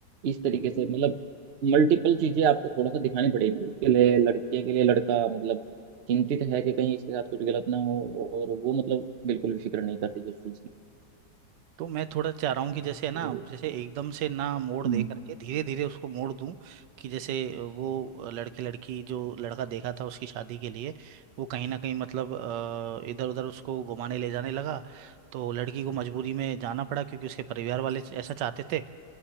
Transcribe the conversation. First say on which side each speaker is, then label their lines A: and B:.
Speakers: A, on the right; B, on the right.
A: इस तरीके से मतलब मल्टीपल चीजें आपको थोड़ा सा दिखानी पड़ेगी उसके लिए लड़के के लिए लड़का मतलब चिंतित है कि कहीं इसके साथ कुछ गलत ना हो और वो मतलब बिल्कुल भी फिक्र नहीं करती इस चीज की
B: तो मैं थोड़ा चाह रहा हूँ कि जैसे है ना
A: तो
B: जैसे एकदम से ना मोड़
A: हम्म
B: दे करके धीरे धीरे उसको मोड़ दूं कि जैसे वो लड़के लड़की जो लड़का देखा था उसकी शादी के लिए वो कहीं ना कहीं मतलब इधर उधर उसको घुमाने ले जाने लगा तो लड़की को मजबूरी में जाना पड़ा क्योंकि उसके परिवार वाले ऐसा चाहते थे